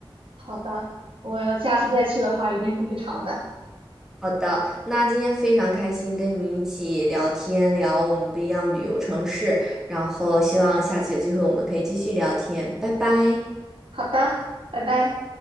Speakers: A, on the right; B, in the centre.
A: 好的，我下次再去的话一定会去尝的。
B: 好的，那今天非常开心跟你一起聊天，聊我们不一样旅游城市，然后希望下次有机会我们可以继续聊天，拜拜。
A: 好的，拜拜。